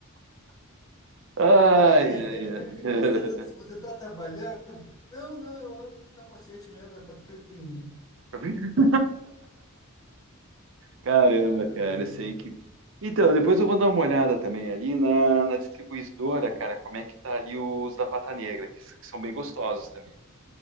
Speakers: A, on the right; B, on the left.
A: Ai,
B: É,
A: ai, ai.
B: <laughs> cara, você tá, tá- você tá trabalhando? Não, não, eu ando com capacete mesmo, é para prevenir.
A: <laughs> Caramba,
B: Ah,
A: cara, eu sei que. Então, depois eu vou dar uma olhada também ali na, na distribuidora, cara, como é que tá ali os da Pata Negra, que, s- que são bem gostosos também.